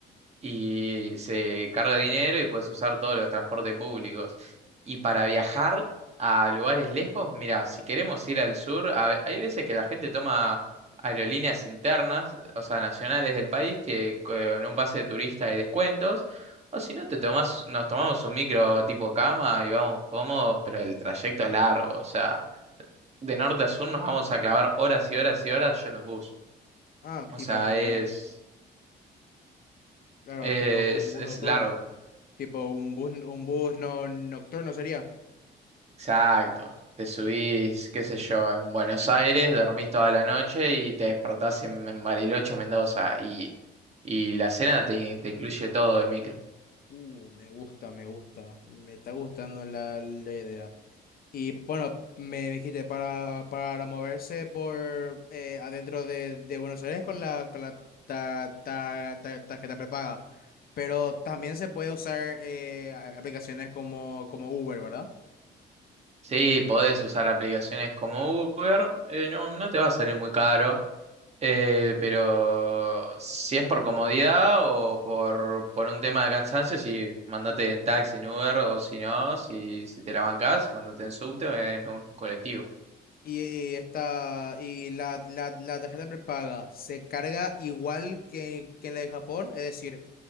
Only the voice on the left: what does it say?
Ah,
tipo
un, claro,
tipo un bus
nocturno,
tipo un bus, un bus no, nocturno sería.
Uh, me gusta, me gusta, me está gustando la, la idea. Y bueno, me dijiste para, para moverse por eh, adentro de, de Buenos Aires con la, con la ta- ta- ta- tarjeta prepaga. Pero también se puede usar eh, a- aplicaciones como, como Uber, ¿verdad?
Y, y esta, y la, la, la tarjeta prepaga se carga igual que, que la de Japón, es decir,